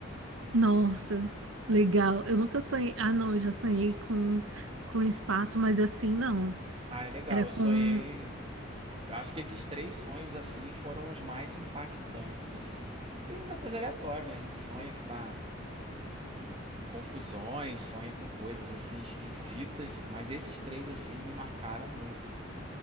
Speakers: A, on the right (about 80°); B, on the right (about 30°).
A: Nossa, legal. Eu nunca sonhei. Ah, não, eu já sonhei com, com espaço, mas assim não.
B: Ah, é legal.
A: Era com.
B: Eu sonhei. Eu acho que esses três sonhos assim foram os mais impactantes assim. Tem muita coisa aleatória, né? A gente sonha que tá em confusões, sonha com coisas assim esquisitas, mas esses três assim me marcaram muito.